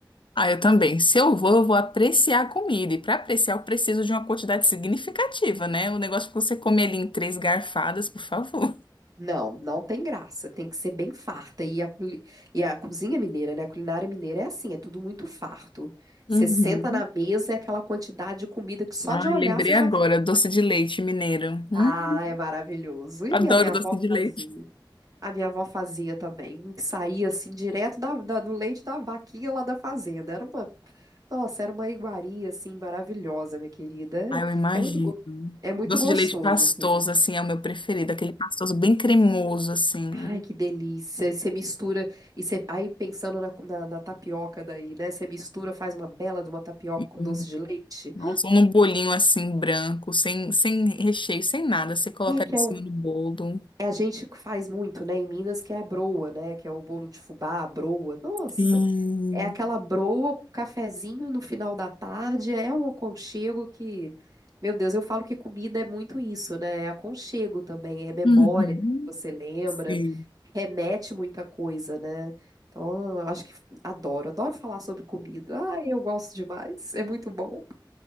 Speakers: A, on the left; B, on the right.
A: Ah, eu também. Se eu vou, eu vou apreciar a comida. E para apreciar, eu preciso de uma quantidade significativa, né? O negócio que você come ali em três garfadas, por favor.
B: Não, não tem graça. Tem que ser bem farta. E a, culi- e a cozinha mineira, né? A culinária mineira é assim, é tudo muito farto. Você
A: Uhum.
B: senta na mesa, é aquela quantidade de comida que só
A: Ai,
B: de olhar
A: lembrei
B: você já
A: agora,
B: fica.
A: doce de leite mineiro. Hum?
B: Ah, é maravilhoso. E
A: Adoro
B: a minha avó
A: doce de
B: fazia.
A: leite.
B: A minha avó fazia também. Um que saía assim, direto da, da- do leite da vaquinha lá da fazenda. Era uma. Nossa, era uma iguaria assim, maravilhosa, minha querida. É,
A: Ah, eu imagino.
B: é muito, go- é muito
A: Doce
B: gostoso,
A: de leite pastoso,
B: assim.
A: assim, é o meu preferido. Aquele pastoso bem cremoso, assim.
B: Ai, que delícia. E você mistura, e você, aí pensando na, na, na tapioca daí, né? Você mistura, faz uma bela de uma tapioca
A: E,
B: com doce de leite.
A: Nossa, ou num bolinho, assim, branco, sem, sem recheio, sem nada. Você coloca
B: É
A: ali
B: que
A: em
B: é,
A: cima
B: o,
A: do bolo.
B: é a gente que faz muito, né? Em Minas, que é a broa, né? Que é o bolo de fubá, a broa. Nossa,
A: Sim.
B: é aquela broa com cafezinho no final da tarde. É um aconchego que, meu Deus, eu falo que comida é muito isso, né? É aconchego também, é memória,
A: Uhum.
B: né, que você lembra.
A: Sim.
B: remete muita coisa, né? Então, eu acho que adoro, adoro falar sobre comida. Ai, eu gosto demais, é muito bom.